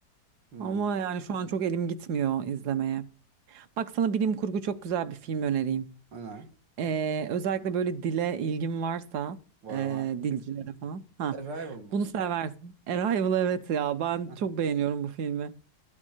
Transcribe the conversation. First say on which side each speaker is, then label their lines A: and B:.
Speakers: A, on the right; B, on the right.
A: Hmm,
B: Ama yani şu an çok elim gitmiyor izlemeye. Bak sana bilim kurgu çok güzel bir film önereyim.
A: öner.
B: Ee, özellikle böyle dile ilgin varsa
A: Var
B: e,
A: var.
B: dilcilere falan. Ha,
A: Arrival mı?
B: bunu seversin. Arrival evet ya ben
A: <laughs>
B: çok beğeniyorum bu filmi.